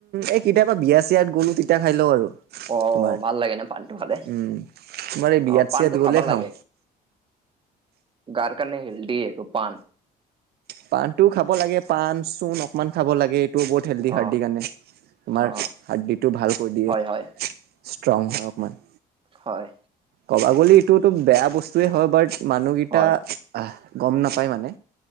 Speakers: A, on the right (about 70°); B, on the right (about 30°).
A: এ, কেতিয়াবা বিয়া- চিয়াত গ'লো, তেতিয়া খাই লওঁ আৰু।
B: অ'!
A: তোমাৰ।
B: ভাল লাগে ন' পাণটো খালে!
A: উম, তোমাৰ এই বিয়াত
B: অ' পাণটো
A: চিয়াত গ'লে
B: খাব
A: খাওঁ
B: লাগে। গাৰ কাৰনে হেল্ডী এইটো পাণ।
A: পাণটো খাব লাগে। পাণ- চূণ অকমান খাব লাগে। এইটো বহু হেল্ডি হাৰ্ডীৰ
B: অ
A: কাৰণে। তোমাৰ,
B: অ
A: হাৰ্ডিটো ভাল কৰি দিয়ে।
B: হয় হয়
A: ষ্ট্ৰং হয় অকমান।
B: হয়
A: ক'বা গ'লে, এইটোতো বেয়া বস্তুৱেই হয়। বাত মানুহকেইটা
B: হয়
A: গম নাপায় মানে।